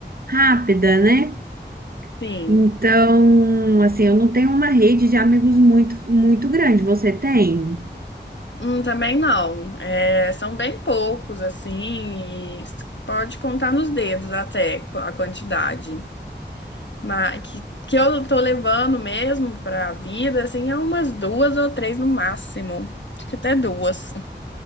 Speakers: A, on the right; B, on the left.
A: rápida, né?
B: Sim.
A: Então, assim, eu não tenho uma rede de amigos muito, muito grande. Você tem?
B: Hum, também não. É, são bem poucos, assim, e s- pode contar nos dedos até qu- a quantidade. Mas que, que eu tô levando mesmo pra vida, assim, é umas duas ou três no máximo. Acho que até duas.